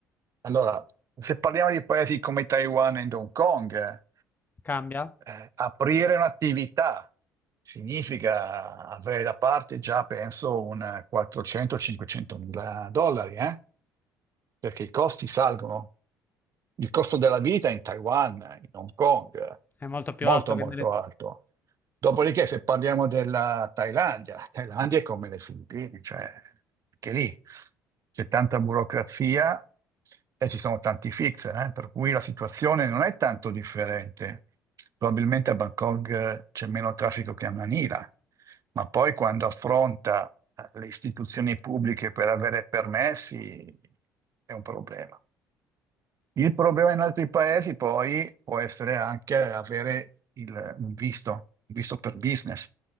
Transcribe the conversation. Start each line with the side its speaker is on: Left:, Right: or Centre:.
Right: allora, se parliamo di paesi come Taiwan e Hong Kong,
Left: cambia?
Right: eh, aprire un'attività significa avere da parte già, penso, un 400-500 mila dollari, eh? perché i costi salgono. Il costo della vita in Taiwan, eh, in Hong Kong, è
Left: È molto più
Right: molto
Left: alto che
Right: molto
Left: nelle...
Right: alto. Dopodiché, se parliamo della Thailandia, la Thailandia è come le Filippine, cioè anche lì c'è tanta burocrazia e ci sono tanti fixer, eh, per cui la situazione non è tanto differente. Probabilmente a Bangkok eh, c'è meno traffico che a Manila, ma poi quando affronta eh, le istituzioni pubbliche per avere permessi è un problema. Il problema in altri paesi poi può essere anche avere il- un visto, un visto per business,